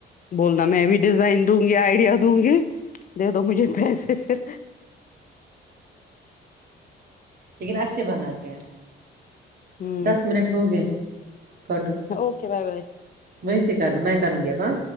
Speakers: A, on the left; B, on the right.
A: بولنا میں بھی ڈیزائن دوں گی آئیڈیا دوں گی دے دو مجھے پیسے پھر
B: لیکن اچھے بناتے ہیں
A: ہوں
B: دس منٹ ہو گئے کاٹو
A: اوکے بائے بائے
B: ویسے کرنا میں کروں گی اب ہاں